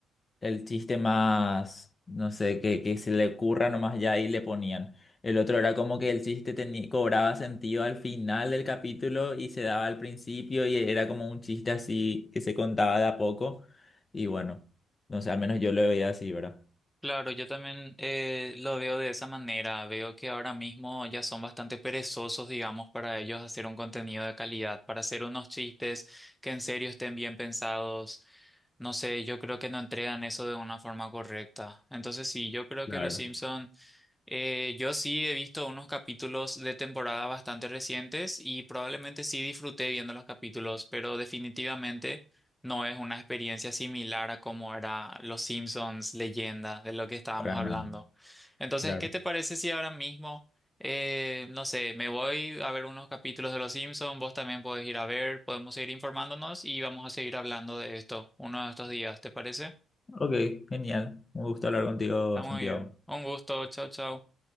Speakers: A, on the left (about 30°); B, in the centre.
A: el chiste más, no sé, que, que se le ocurra nomás ya y le ponían. El otro era como que el chiste tenía, cobraba sentido al final del capítulo y se daba al principio y era como un chiste así que se contaba de a poco. Y bueno, no sé, al menos yo lo veía así, ¿verdad?
B: Claro, yo también eh, lo veo de esa manera. Veo que ahora mismo ya son bastante perezosos, digamos, para ellos hacer un contenido de calidad, para hacer unos chistes que en serio estén bien pensados. No sé, yo creo que no entregan eso de una forma correcta. Entonces sí, yo creo
A: Claro.
B: que los Simpson Eh, yo sí he visto unos capítulos de temporada bastante recientes y probablemente sí disfruté viendo los capítulos, pero definitivamente no es una experiencia similar a como era Los Simpsons, leyenda, de lo que estábamos
A: Para
B: hablando.
A: nada,
B: Entonces,
A: claro.
B: ¿qué te parece si ahora mismo, eh, no sé, me voy a ver unos capítulos de Los Simpsons, vos también podés ir a ver, podemos seguir informándonos y vamos a seguir hablando de esto uno de estos días, ¿te parece?
A: Ok, genial. Un gusto hablar contigo,
B: Está muy
A: Santiago.
B: bien. Un gusto, chao, chao.